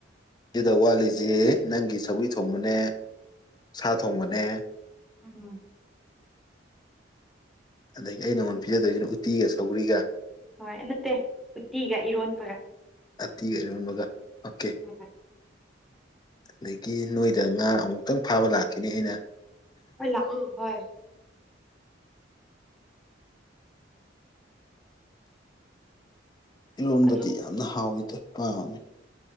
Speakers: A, on the left; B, in the centre.
A: ꯑꯗꯨꯗ ꯋꯥꯠꯂꯤꯁꯤ ꯅꯪꯒꯤ ꯁꯧꯔꯤ ꯊꯣꯡꯕꯅꯦ ꯁꯥ ꯊꯣꯡꯕꯅꯦ
B: ꯎꯝ
A: ꯑꯗꯒꯤ ꯑꯩꯅ ꯅꯪꯉꯣꯟꯗ ꯄꯤꯖꯗꯣꯏꯁꯤꯅ ꯎꯇꯤꯒ ꯁꯧꯒ꯭ꯔꯤꯒ
B: ꯍꯣꯏ ꯅꯠꯇꯦ ꯎꯠꯇꯤꯒ ꯏꯔꯣꯟꯕꯒ
A: ꯎꯇꯤꯒ ꯏꯔꯣꯝꯕꯒ ꯑꯣꯀꯦ
B: ꯎꯝ
A: ꯑꯗꯒꯤ ꯅꯣꯏꯗ ꯉꯥ ꯑꯃꯨꯛꯇꯪ ꯐꯥꯕ ꯂꯥꯛꯈꯤꯅꯤ ꯑꯩꯅ
B: ꯍꯣꯏ ꯂꯥꯛꯑꯣ ꯍꯣꯏ
A: ꯏꯔꯣꯟꯕꯗꯤ
B: ꯑꯗꯨ
A: ꯌꯥꯝꯅ ꯍꯥꯎꯋꯤꯗꯣ ꯄꯥꯝꯃꯤ